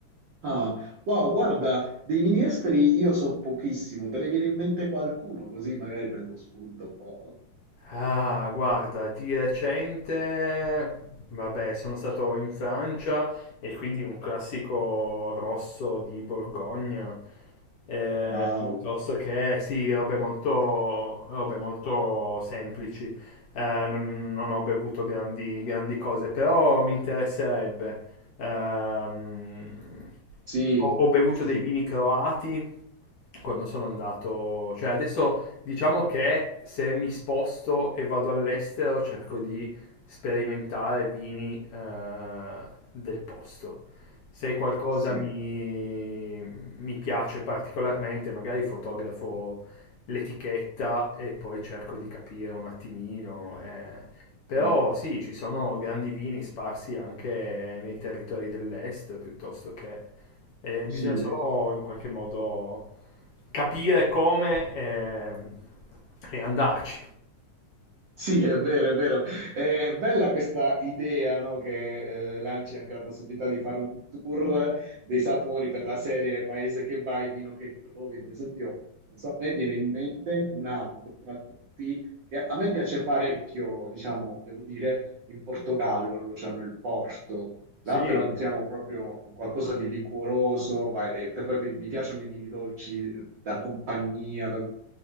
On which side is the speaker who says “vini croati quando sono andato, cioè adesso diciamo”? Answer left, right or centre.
Left